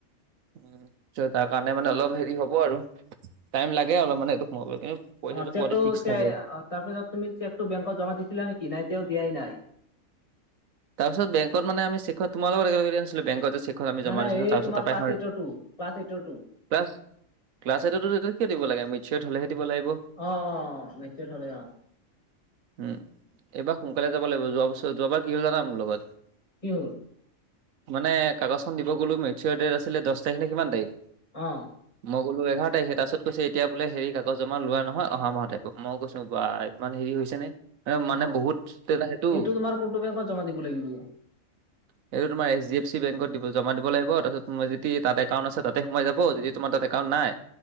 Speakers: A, on the right; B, on the left.
A: উম, তাৰকাৰণে মানে অলপ হেৰি হ'ব আৰু টাইম লাগে অলপ মানে সেইটো সোমাবলৈ কিন্তু পইচাটো
B: অ' চেকটো
A: পোৱাটো ফিক্স
B: তাৰপিছত
A: থাকে।
B: তুমি চেকটো বেংকত জমা দিছিলা নেকি, নাই এতিয়াও দিয়াই নাই?
A: তাৰপিছ বেংকত মানে আমি চেকৰ তোমাৰ লগত একেলগে দিয়া নাছিলোঁ বেংকত যে চেক খন আমি
B: নাই
A: জমা
B: নাই
A: দিছিলোঁ
B: এই
A: তাৰপিছত
B: তোমাৰ
A: তাৰপা
B: ক্লাছ এইটৰটো ক্লাছ এইটৰটো
A: ক্লাছ, ক্লাছ এইটতো সেইটো কিয় দিব লাগে, মিচয়্যুৰ হ'লেহে দিব লাগিব।
B: অ', অ' মেচিয়ৰ হ'লে অ'।
A: উম, এইবাৰ সোনকালে যাব লাগিব, যোৱা বছৰ যোৱাবাৰ কি হ'ল জানা মোৰ লগত?
B: কি হ'ল?
A: মানে কাগজখন দিব গ'লো মেটচিঅ'ৰ ডেট আছিল দহ তাৰিখ নে কিমান তাৰিখ
B: অ'।
A: মই গ'লো এঘাৰ তাৰিখে, তাৰপাছত কৈছে এতিয়া বোলে হেৰি কাগজ লোৱা নহয় অহা মাহ'ত আহিব। মই কৈছো বাই মানে হেৰি হৈছে নে এ
B: অ
A: মানে বহুত তে সেইটো
B: এইটো তোমাৰ কোনটো বেংকত জমা দিব লাগিব?
A: <unintelligible> এইটো তোমাৰ এইচ ডি এফ চি বেংকত দিব জমা দিব লাগিব, তাৰপাছত তোমৰ যদি তাত একাউণ্ট আছে তাতে সোমাই যাব। যদি তোমাৰ তাত--ে কাউণ্ট নাই